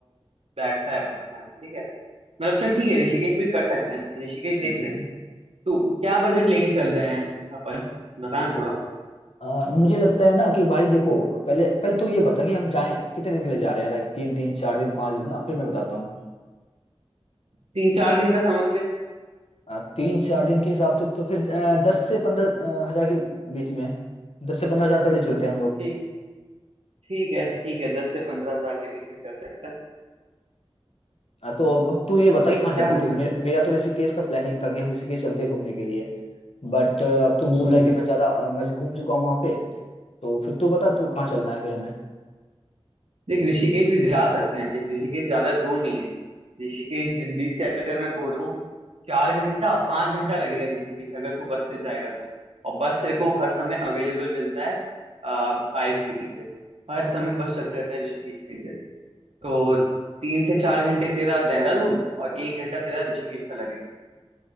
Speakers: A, on the right; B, on the left.
A: बैठता है अपना प्लान ठीक है मतलब चल ठीक है ऋषिकेश भी कर सकते हैं ऋषिकेश देख
B: हम्म
A: ले
B: हम्म।
A: तो क्या बजट लेके चल रहे हैं अपन बता ना थोड़ा
B: आ, मुझे लगता है ना कि भाई देखो पहले पहले तो ये बता कि हम जाए कितने दिन के लिए जा रहे हैं लाइक तीन दिन चार दिन पांच दिन ना फिर मैं बताता हूँ
A: तीन चार दिन का समझ ले
B: आ, तीन चार दिन के हिसाब से तो फिर आ, दस से पंद्रह आ, हजार के बीच में दस से पंद्रह हजार तक ले चलते हैं हम लोग
A: ठीक ठीक है ठीक है दस से पंद्रह हजार के बीच में चल सकता है
B: आ, तो अब अब तू ये बता कि कहाँ चलते
A: क्या बोलते
B: थे मे,
A: हैं
B: मेरा तो ऋषिकेश का प्लानिंग था कि हम ऋषिकेश चलते हैं घूमने के लिए बट अब तू बोल
A: हम्म
B: रहा है
A: हम्म।
B: कि मैं ज्यादा आ, मैं घूम चुका हूँ वहां पे तो फिर तू बता तू कहाँ चलना है फिर हमें
A: देख ऋषिकेश भी जा सकते हैं देख ऋषिकेश ज्यादा दूर नहीं है ऋषिकेश दिल्ली से अगर मैं बोलूँ चार घंटा पांच घंटा लगेगा ऋषिकेश अगर तू बस से जाएगा तो और बस तेरे को हर समय अवेलेबल मिलता है आईएसबीटी से हर समय बस चलते रहता है ऋषिकेश के लिए तो तीन से चार घंटे तेरा देहरादून और एक घंटा तेरा ऋषिकेश का लगेगा